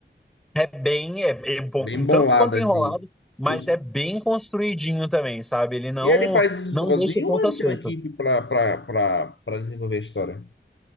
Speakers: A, in the centre; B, on the left (about 85°).
A: É bem, é, é um pouco,
B: Bem
A: um tanto
B: bolada,
A: quanto enrolado,
B: assim.
A: mas
B: Os-
A: é bem construidinho também, sabe? Ele não
B: E ele faz isso
A: não
B: sozinho
A: deixa ponta
B: ou ele
A: solta.
B: tem uma equipe para desenvolver a história?